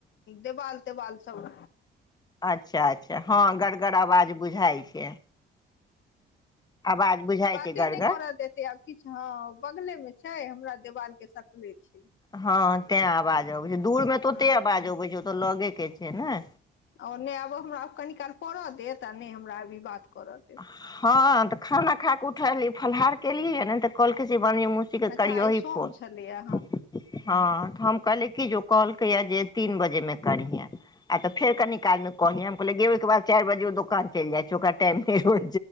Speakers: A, on the left; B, on the left.
A: देवाल तवाल सब
B: अच्छा अच्छा हँ गड़गड़ आवाज बुझाइ छै आवाज बुझाइ
A: ई बाते
B: छै गड़गर
A: नहि कर देतै आब किछु हँ बगले मे छै हमरा देवाल के सटले छै
B: हँ तैं आवाज अबै छै दूर मे तऽ ओते
A: हँ
B: आवाज अबै छै ओतऽ लगे के छै ने
A: आ नहि आब हमरा कनि काल पड़ऽ देत आ नहि हमरा आब ई बात कर देत
B: हँ तऽ खाना खा क उठली फलहार केलियै ने तऽ कलकी बन
A: अच्छा
B: करियहि
A: आइ सोम
B: फोन
A: छलैया
B: हँ तऽ हम कहलिय कि जे कॉहलकैया जे तीन बजे मे करीहा आ तऽ फेर काल मे कहलिय हम कहले गे ओहि बाद चारि बजे ओ दोकान चलि जाय छै ओकर टाइम सु